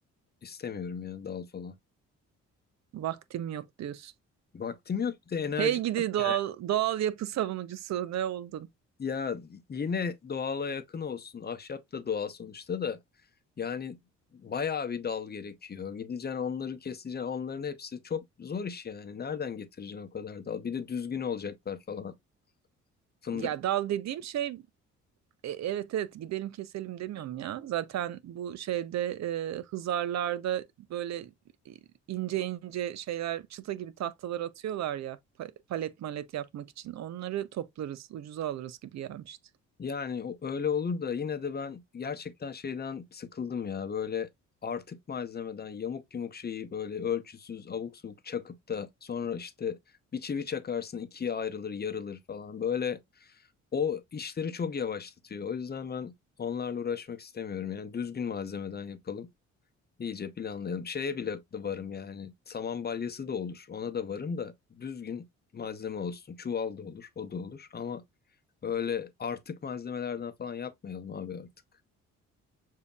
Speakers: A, on the left; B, on the right.
A: istemiyorum ya dal falan.
B: Vaktim yok diyorsun.
A: Vaktim yok bir de enerji
B: Hey gidi
A: yok
B: doğal
A: yani.
B: doğal yapı savunucusu ne oldun?
A: Ya yine doğala yakın olsun. Ahşap da doğal sonuçta da. Yani bayağı bir dal gerekiyor. Gideceksin onları keseceksin. Onların hepsi çok zor iş yani. Nereden getireceksin o kadar dal? Bir de düzgün olacaklar falan. Fındık.
B: Ya dal dediğim şey E, Evet evet gidelim keselim demiyorum ya. Zaten bu şeyde e, hızarlarda böyle e, ince ince şeyler çıta gibi tahtalar atıyorlar ya pa- palet malet yapmak için. Onları toplarız ucuza alırız gibi gelmişti.
A: Yani o- öyle olur da yine de ben gerçekten şeyden sıkıldım ya. Böyle artık malzemeden yamuk yumuk şeyi böyle ölçüsüz abuk subuk çakıp da sonra işte bir çivi çakarsın ikiye ayrılır yarılır falan. Böyle O işleri çok yavaşlatıyor. O yüzden ben onlarla uğraşmak istemiyorum. Yani düzgün malzemeden yapalım. İyice planlayalım. Şeye bile de varım yani. Saman balyası da olur. Ona da varım da düzgün malzeme olsun. Çuval da olur. O da olur. Ama öyle artık malzemelerden falan yapmayalım abi artık.